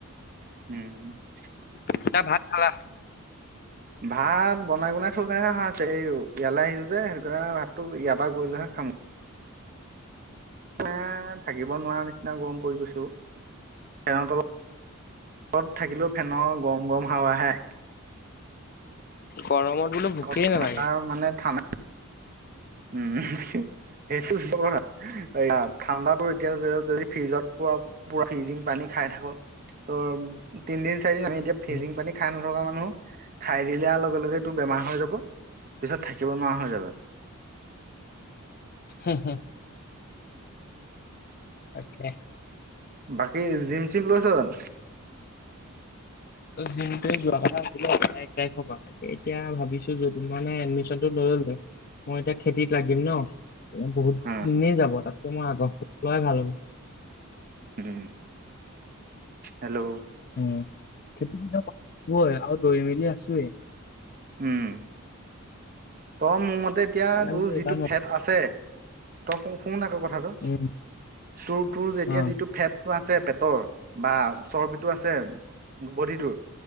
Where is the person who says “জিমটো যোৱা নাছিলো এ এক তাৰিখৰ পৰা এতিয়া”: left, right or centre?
Left